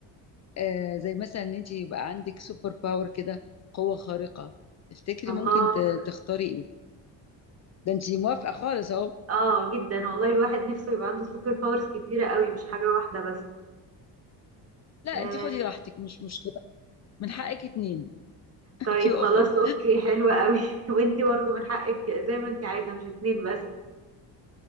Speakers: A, on the left (about 40°); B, on the right (about 35°).
A: آه زي مثلا ان انت يبقى عندك سوبر باور كده قوه خارقه تفتكري
B: الله
A: ممكن ت- تختاري ايه ده انت موافقه خالص اهو
B: اه جدا والله الواحد نفسه يبقى عنده سوبر باورز كتيرة قوي مش حاجة واحدة بس
A: لا
B: آه
A: انت خدي راحتك مش مشكله من حقك اتنين <laughs>
B: طيب
A: في اوفر
B: خلاص <laughs> اوكي حلوة قوي <laughs> وانتي برضو من حقك زي ما انتي عايزة مش اتنين بس